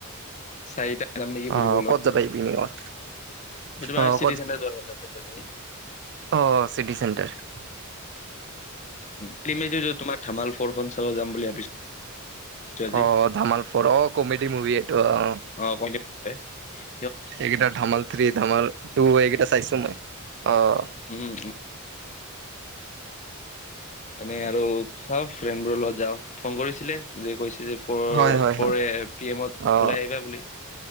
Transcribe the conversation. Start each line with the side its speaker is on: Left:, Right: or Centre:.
Left: চাৰিটা <inaudible> যাম নেকি
Right: অ',
Left: ফুৰিব অলপ।
Right: ক'ত যাবা ইভিনিঙত
Left: <inaudible> তোমাৰ
Right: অ',
Left: চিটি চেণ্টাৰ যোৱা কথা <inaudible>
Right: অঁ! City centre. <unintelligible>
Left: <inaudible> তোমাৰ ধামাল ফ'ৰ খন চাব যাম বুলি ভাবিছো। আজি
Right: অ! ধামাল ফ'ৰ। অ! কমেডি মুভি এইটো অঁ। <inaudible>
Left: অ! ক <unintelligible>
Right: এইকেইটা ধামাল থ্ৰী, ধামাল টু এইকেইটা চাইছো মই। অ! <inaudible>
Left: উম-উম। <inaudible> এনে আৰু চাওঁ ফ্ৰেণ্ডবোৰৰ লগত যাওঁ ফোন কৰিছিলে যে কৈছে যে <unintelligible> ফ'ৰ-ফ'ৰ
Right: হয় হয় হয়
Left: এ পি এমত
Right: অ
Left: ওলাই আহিবা বুলি